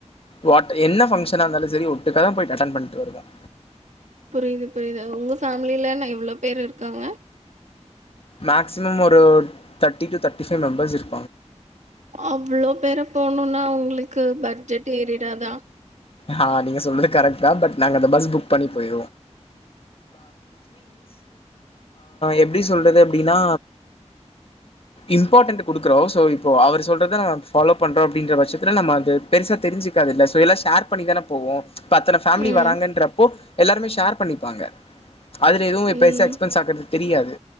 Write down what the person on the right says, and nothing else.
புரிது புரிது உங்க ஃபேமிலிலன இவ்வளோ பேரு இருக்காங்க
அவ்வளோ பேரூ போணு ஆ உங்களுக்கு பட்ஜெடு ஏறிடாதா
ம்,
ம்.